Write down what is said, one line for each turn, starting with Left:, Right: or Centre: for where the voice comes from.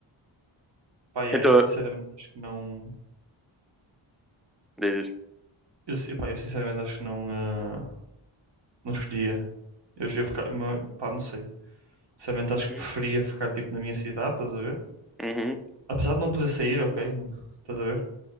Right: Pá, yeah,
Centre: Então,
Right: eu sinceramente acho que não.
Centre: dizes.
Right: Eu, si- pá, eu sinceramente acho que não, eh, não escolhia. Eu, eu ficar, pá, não sei. Sinceramente, acho
Centre: Uhum,
Right: que preferia ficar tipo na minha cidade, estás a ver?
Centre: uhum,
Right: Apesar de não poder sair, ok, não- estás a ver?